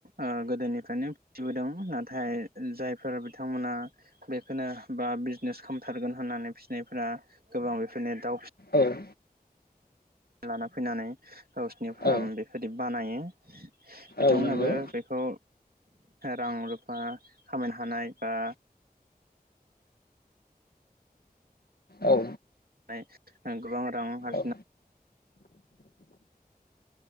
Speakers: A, on the right (about 70°); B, on the left (about 75°).
A: ओ गोदोनिफ्रायनो फिसिबोदों नाथाय जायफोर बिथांमोना बेखोनो बा बिजनेस खालामथारगोन होननानै फिसिनायफोरा गोबां बेफोरनो दाव
B: औ
A: लाना फैनानै गावसोरनि फार्म
B: औ
A: बेफोरदि बानायो। बिथांमोनहाबो
B: औ नंगौ
A: बेखौ रां रुफा खामायनो हानाय बा
B: औ।
A: <unintelligible> गोबां रां आरजिनो
B: औ